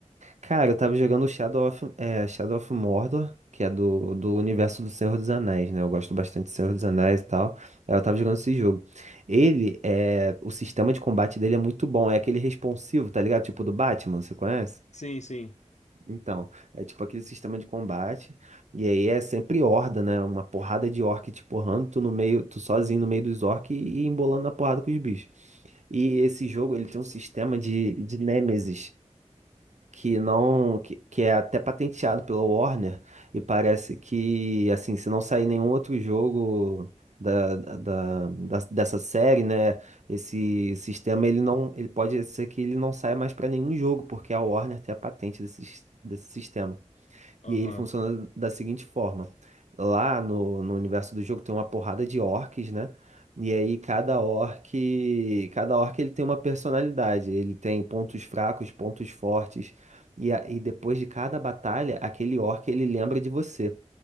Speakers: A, on the right; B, on the left.
A: cara, eu tava jogando Shadow of, é, Shadow of Mordor, que é do, do universo do Senhor dos Anéis, né? Eu gosto bastante do Senhor dos Anéis e tal. Aí Eu tava jogando esse jogo. Ele, é, o sistema de combate dele é muito bom, é aquele responsivo, tá ligado? Tipo do Batman, você conhece?
B: Sim, sim.
A: Então, é tipo aquele sistema de combate. E aí é sempre horda, né? Uma porrada de orc te porrando, tu no meio, tu sozinho no meio dos orcs e, e embolando na porrada com os bichos. E esse jogo, ele tem um sistema de, de nêmesis. que não que, que é até patenteado pela Warner e parece que assim se não sair nenhum outro jogo da, da, da- da- dessa série né esse sistema ele não ele pode ser que ele não saia mais para nenhum jogo porque a Warner tem a patente desse, sis- desse sistema
B: Aham.
A: e ele funciona da seguinte forma: lá no, no universo do jogo tem uma porrada de orcs, né? E aí cada orc, cada orc ele tem uma personalidade, ele tem pontos fracos, pontos fortes. E, a- e depois de cada batalha, aquele orc ele lembra de você.